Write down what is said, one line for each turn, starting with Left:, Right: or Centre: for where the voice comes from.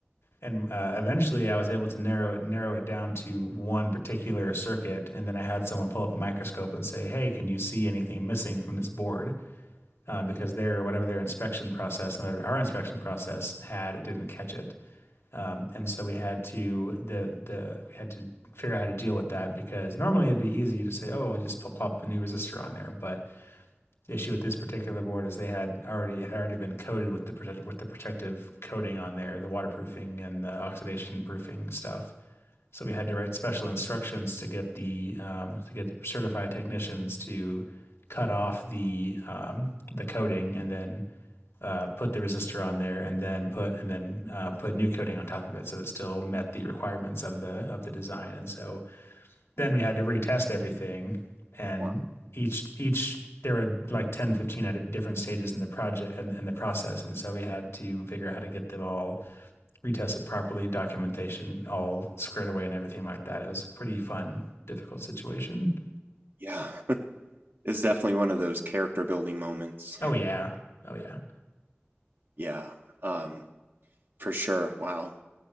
Left: And uh, eventually I was able to narrow it, narrow it down to one particular circuit. And then I had someone pull up a microscope and say, hey, can you see anything missing from this board? Um, because their, whatever their inspection process and whatever our inspection process had, it didn't catch it. and so we had to the the we had to figure out how to deal with that because normally it'd be easy to say, oh, we'll just pl- plop a new resistor on there. But the issue with this particular board is they had already it had already been coated with the protect with the protective coating on there, the waterproofing and the oxidation proofing stuff. So we had to write special instructions to get the um, to get certified technicians to cut off the um, the coating and then uh, put the resistor on there and then put and then uh, put new coating on top of it so it still met the requirements of the of the design and so then we had to retest everything and
Right: Wow.
Left: each each there were like 10, 15 at different stages in the project and in in the process and so we had to figure out how to get them all retested properly documentation all squared away and everything like that it was a pretty fun difficult situation
Right: Yeah. <laughs> it's definitely one of those character building moments.
Left: oh yeah oh yeah
Right: Yeah. Um, for sure. Wow.